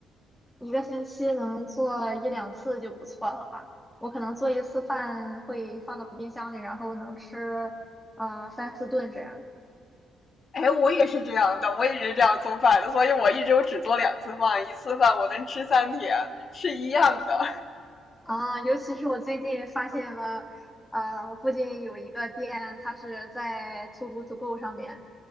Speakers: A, in the centre; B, on the left.
A: 一个星期能做一两次就不错了吧。我可能做一次饭会放到冰箱里，然后能吃呃三四顿这样。
B: 哎，我也是这样的，我也是这样做饭的，所以我一周只做两次饭，一次饭我能吃三天，是一样的。
A: 啊，尤其是我最近发现了，呃，我附近有一个店，它是在 Too Good To Go 上面，